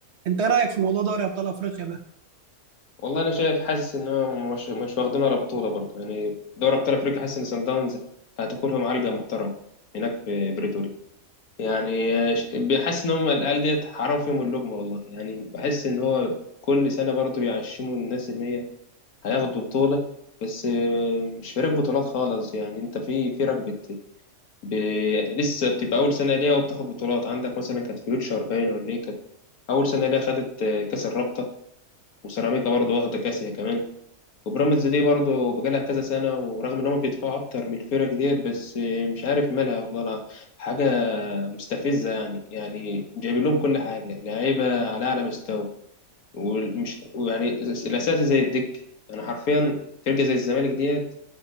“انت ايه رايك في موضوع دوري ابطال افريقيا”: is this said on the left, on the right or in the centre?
Right